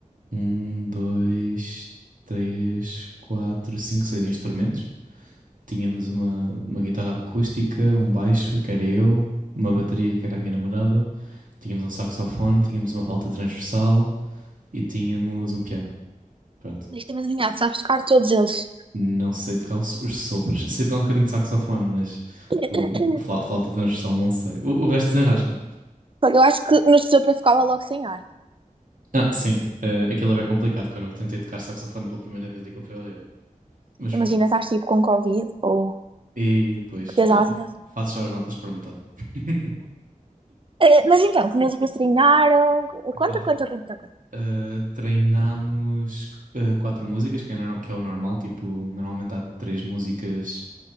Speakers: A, on the right; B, on the right.
A: um, dois, três, quatro, cinco, seis instrumentos. Tínhamos uma, uma guitarra acústica, um baixo, que era eu, uma bateria, que era a minha namorada. Tínhamos um saxofone, tínhamos uma flauta transversal e tínhamos um piano. Pronto.
B: Deixa-me adivinhar, tu sabes tocar todos eles.
A: Não sei tocar os, os sopros. Sei tocar um bocadinho de saxofone, mas
B: <coughs>
A: o, a flau- flauta transversal não sei. O, o resto desenrasco
B: Porque eu acho que no sopa ficava logo sem ar.
A: Ah, sim. Eh, aquilo é bem complicado. Quando eu tentei tocar saxofone pela primeira vez, aquilo foi horrível. Mas pronto.
B: Imagina, estás tipo com Covid ou
A: E depois,
B: que tens asma.
A: fa faço só as notas por metade. <laughs>
B: Eh, mas então, que músicas treinaram?
A: Epá,
B: Conta, conta, conta, conta.
A: eh, treinámos eh, quatro músicas, que é, norma- que é o normal. Tipo, normalmente há três músicas,